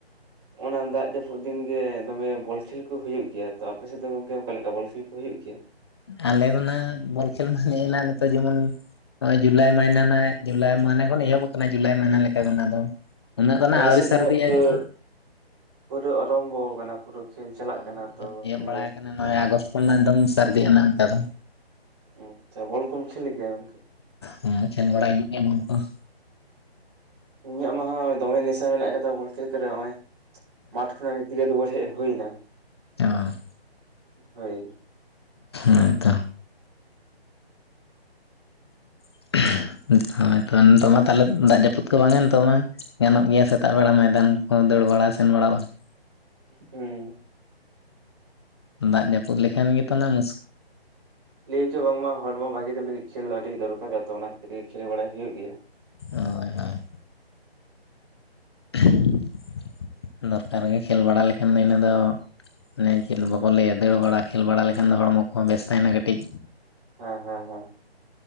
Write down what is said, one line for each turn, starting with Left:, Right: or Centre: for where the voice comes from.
Right: ᱚᱱᱟ ᱫᱟᱜ ᱡᱟᱹᱯᱩᱫ ᱫᱤᱱ ᱜᱮ ᱫᱚᱢᱮ ᱵᱚᱞ ᱠᱷᱮᱞ ᱠᱚ ᱦᱩᱭᱩᱜ ᱜᱮᱭᱟ ᱾ ᱛᱚ ᱟᱯᱮ ᱥᱮᱫ ᱫᱚ ᱜᱚᱢᱠᱮ ᱚᱠᱟ ᱞᱮᱠᱟ ᱵᱚᱞ ᱠᱷᱮᱞ ᱦᱩᱭᱩᱜ ᱜᱮᱭᱟ?
Left: ᱟᱞᱮ ᱫᱚ ᱱᱟᱜ ᱵᱚᱞ ᱠᱷᱮᱞ ᱱᱮᱜ ᱮ ᱱᱷᱟᱜ ᱱᱤᱛᱚᱜ ᱡᱮᱢᱚᱱ ᱱᱚᱜ-ᱚᱭ ᱡᱩᱞᱟᱭ ᱢᱟᱹᱦᱱᱟᱹ ᱡᱩᱞᱟᱭ ᱢᱟᱹᱦᱱᱟᱹ ᱠᱷᱚᱱ ᱮᱦᱚᱵ ᱟᱠᱟᱱᱟ ᱡᱩᱞᱟᱭ ᱢᱟᱹᱦᱱᱟ ᱞᱮ ᱞᱮᱠᱟ ᱚᱱᱟ ᱫᱚ ᱾ ᱩᱱᱹᱜ ᱫᱚ ᱱᱷᱟᱜ
Right: ᱟᱞᱮ
Left: ᱟᱹᱣᱨᱤ
Right: ᱥᱮᱫ
Left: ᱥᱟᱹᱨᱫᱤᱜ-ᱟ
Right: ᱦᱟᱸᱜ ᱯᱩᱨᱟᱹ
Left: ᱡᱮᱢᱚᱱ
Right: ᱯᱩᱨᱟᱹ ᱚᱨᱚᱢᱵᱷᱚ ᱟᱠᱟᱱᱟ ᱯᱩᱨᱟᱹ ᱠᱷᱮᱞ ᱪᱟᱞᱟᱜ
Left: ᱚ
Right: ᱠᱟᱱᱟ ᱛᱚ ᱜᱚᱝᱠᱮ
Left: ᱮᱦᱚᱵ ᱵᱟᱲᱟ ᱟᱠᱟᱱᱟ ᱱᱚᱜᱼᱚᱭ ᱟᱜᱚᱥᱴ ᱠᱷᱚᱱᱟᱝ ᱮᱠᱫᱚᱢ ᱥᱟᱹᱨᱫᱤ <unintelligible> ᱫᱚ
Right: ᱚ ᱟᱪᱪᱷᱟ ᱵᱚᱞ ᱠᱚᱢ ᱠᱷᱮᱞᱮᱫ ᱜᱮᱭᱟ ᱜᱚᱢᱠᱮ
Left: ᱦᱮᱸ ᱠᱷᱮᱞ ᱵᱟᱲᱟᱭᱤᱧ ᱮᱢᱚᱱ ᱫᱚ ᱾
Right: ᱤᱧᱟᱜ ᱢᱟᱦᱟ ᱫᱚᱢᱮ ᱱᱤᱥᱟᱹ ᱢᱮᱱᱟᱜ ᱟᱠᱟᱫᱟ ᱵᱚᱞ ᱠᱷᱮᱞ ᱠᱚᱨᱮ ᱱᱚᱜᱼᱚᱭ ᱢᱟᱴᱷ ᱠᱷᱚᱱᱟᱜ, <unintelligible> ᱦᱮᱡ ᱦᱩᱭ ᱮᱱᱟ ᱾
Left: ᱚᱸᱻ
Right: ᱦᱳᱭ ᱾
Left: ᱦᱮᱸ ᱛᱚ <unintelligible> ᱦᱳᱭ ᱛᱚ ᱱᱤᱛ <unintelligible> ᱢᱟ ᱛᱟᱦᱚᱞᱮ ᱫᱟᱜ ᱡᱟᱹᱯᱩᱫ ᱠᱚ ᱵᱟᱝᱟ ᱱᱤᱛᱚᱜ ᱢᱟ ᱜᱟᱱᱚᱜ ᱜᱮᱭᱟ ᱥᱮᱛᱟᱜ ᱵᱮᱲᱟ ᱢᱟᱭᱫᱟᱱ ᱠᱚ ᱫᱟᱹᱲ ᱵᱟᱲᱟ ᱥᱮᱱ ᱵᱟᱲᱟ ᱵᱟᱝ ᱾
Right: ᱦᱩᱸᱻ
Left: ᱦᱩᱸᱻ ᱫᱟᱜ ᱡᱟᱹᱯᱩᱫ ᱞᱮᱠᱷᱟᱱ ᱜᱮᱛᱚ ᱱᱷᱟᱜ ᱢᱩᱥ
Right: ᱞᱟᱹᱭᱪᱚ ᱵᱟᱝᱢᱟ ᱦᱚᱲᱢᱚ ᱵᱷᱟᱜᱤ ᱫᱚ ᱞᱟᱹᱜᱤᱫ ᱠᱷᱮᱞ ᱫᱚ ᱟᱹᱰᱤ ᱫᱚᱨᱠᱟᱨᱟ ᱛᱚ ᱚᱱᱟ ᱠᱷᱟᱹᱛᱤᱨ ᱜᱮ ᱠᱷᱮᱞ ᱵᱟᱲᱟᱟᱭ ᱦᱩᱭᱩᱜ ᱜᱮᱭᱟ
Left: ᱦᱳᱭ ᱦᱳᱭ <unintelligible> ᱫᱚᱨᱠᱟᱨ ᱜᱮ ᱠᱷᱮᱞ ᱵᱟᱲᱟ ᱞᱮᱠᱷᱟᱱ ᱫᱚ ᱤᱱᱟᱹ ᱫᱚ, ᱚᱱᱮ ᱪᱮᱫ ᱵᱟᱵᱚ ᱞᱟᱹᱭᱟ ᱾ ᱫᱟᱹᱲ ᱵᱟᱲᱟ, ᱠᱷᱮᱞ ᱵᱟᱲᱟ, ᱞᱮᱠᱷᱟᱱ ᱫᱚ ᱦᱚᱲᱢᱚ ᱠᱚ ᱦᱚᱸ ᱵᱮᱥ ᱛᱟᱦᱮᱱᱟ ᱾ ᱠᱟᱹᱴᱤᱡ ᱾
Right: ᱦᱚᱸ ᱦᱚᱸ